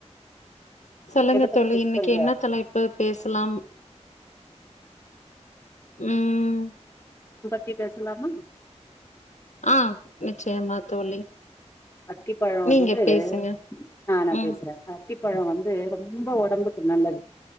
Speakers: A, on the left (about 80°); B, on the left (about 20°).
A: சொல்லுங்க
B: எத பத்தி
A: தோழி
B: பேச
A: இன்னைக்கு
B: போறீங்க
A: என்ன தலைப்பு பேசலாம் உம்
B: தி பேசலாம்மா
A: ஆஹ் நிச்சயமா தோழி
B: அத்திப்பழம்
A: நீங்க
B: வந்து
A: பேசுங்க
B: நான
A: ம்
B: பேசுறேன் அத்திப் பழம் வந்து ரொம்ப உடம்புக்கு நல்லது